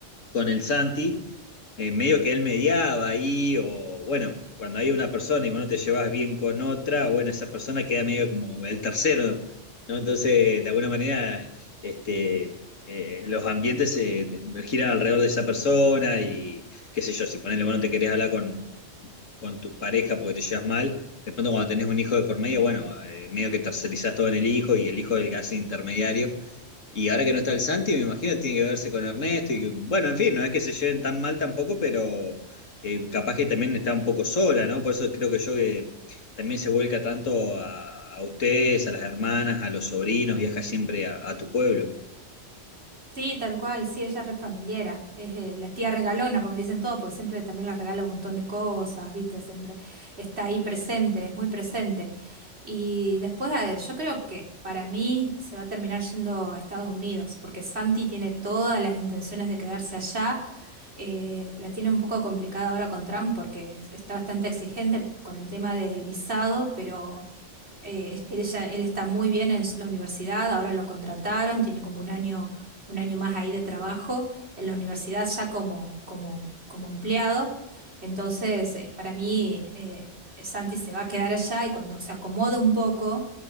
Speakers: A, on the left; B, on the right.
A: con el Santi, eh, medio que él mediaba ahí, o bueno, cuando hay una persona y vos no te llevas bien con otra, bueno, esa persona queda medio como el tercero, ¿no? Entonces, de alguna manera, este, eh, los ambientes eh, giran alrededor de esa persona y qué sé yo, si ponele, bueno, te querés hablar con con tu pareja porque te llevas mal. De pronto cuando tenés un hijo de por medio, bueno, eh, medio que tercerizás todo en el hijo y el hijo es el que hace intermediario. Y ahora que no está el Santi, me imagino tiene que verse con Ernesto y que- bueno, en fin, no es que se lleven tan mal tampoco, pero eh, capaz que también está un poco sola, ¿no? Por eso creo que yo que también se vuelca tanto a, a ustedes, a las hermanas, a los sobrinos, viaja siempre a, a tu pueblo.
B: Sí, tal cual, sí, ella es re familiera, es eh, la tía regalona, como le dicen todos, porque siempre también la regala un montón de cosas, ¿viste? Siempre está ahí presente, es muy presente. Y después eh, yo creo que para mí se va a terminar yendo a Estados Unidos, porque Santi tiene todas las intenciones de quedarse allá, eh, la tiene un poco complicada ahora con Trump porque está bastante exigente con el tema del visado, pero... Eh, él, ya- él está muy bien en la universidad, ahora lo contrataron, tiene como un año, un año más ahí de trabajo en la universidad ya como, como, como empleado. Entonces, eh, para mí, eh, Santi se va a quedar allá y cuando se acomoda un poco,